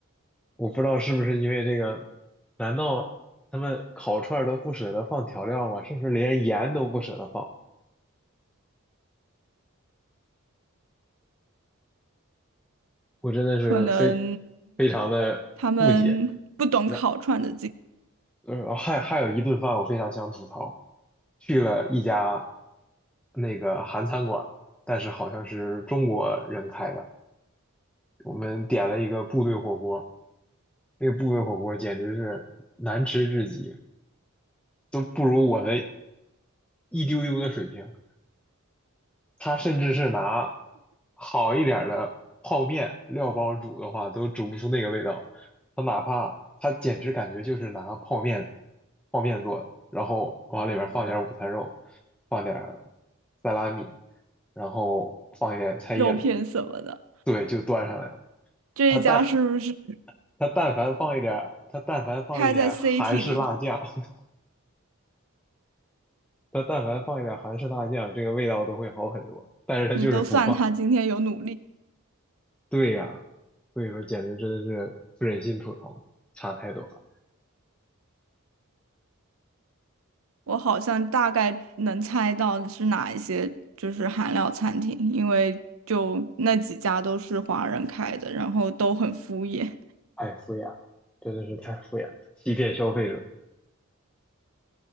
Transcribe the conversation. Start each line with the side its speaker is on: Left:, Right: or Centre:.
Centre: 我不知道是不是因为这个，难道他们烤串儿都不舍得放调料吗？甚至连盐都不舍得放。我真的是非
Right: 可能
Centre: 非常的不解。
Right: 他们不懂烤串的这
Centre: 然呃，还还有一顿饭我非常想吐槽，去了一家那个韩餐馆，但是好像是中国人开的，我们点了一个部队火锅，那个部队火锅简直是难吃至极，都不如我的一丢丢的水平。他甚至是拿好一点儿的泡面料包煮的话，都煮不出那个味道。他哪怕他简直感觉就是拿泡面泡面做的，然后往里面放点儿午餐肉，放点儿萨拉米，然后放一点菜叶子，
Right: 肉片什么的。
Centre: 对，就端上来了。
Right: 这一家是不是是
Centre: 他但他但凡放一点儿，他但凡放一点儿韩式辣酱，
Right: 开在 City 里？
Centre: <laughs> 他但凡放一点儿韩式辣酱，这个味道都会好很多。但是他就是不放。
Right: 你都算他今天有努力，
Centre: 对呀，所以说简直真的是不忍心吐槽，差太多了，
Right: 我好像大概能猜到是哪一些就是韩料餐厅，因为就那几家都是华人开的，然后都很敷衍。
Centre: 太敷衍了，真的是太敷衍了，欺骗消费者。